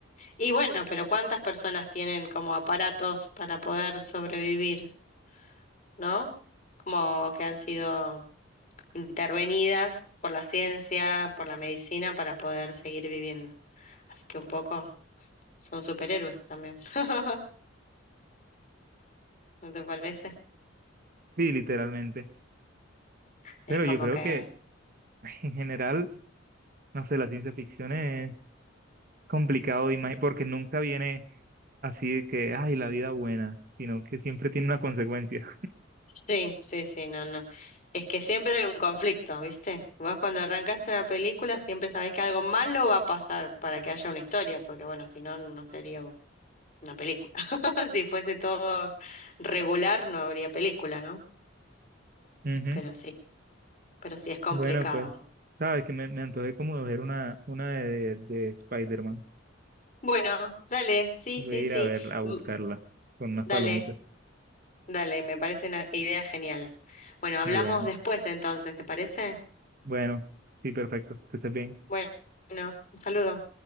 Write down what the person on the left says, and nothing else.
Y bueno, pero ¿cuántas personas tienen como aparatos para poder sobrevivir, ¿no? Como que han sido intervenidas por la ciencia, por la medicina, para poder seguir viviendo. Así que un poco... Son superhéroes también. <laughs> ¿No te parece?
Es
como
que...
Sí, sí, sí, no, no. Es que siempre hay un conflicto, ¿viste? Vos cuando arrancás una película siempre sabés que algo malo va a pasar para que haya una historia, porque bueno, si no, no sería u- una película. <laughs> Si fuese todo regular, no habría película, ¿no?
Pero sí, pero sí es complicado.
Bueno, dale, sí,
sí,
sí.
mm,
Dale,
dale, me parece una idea genial. Bueno, hablamos
después entonces, ¿te parece?
Bueno, un saludo.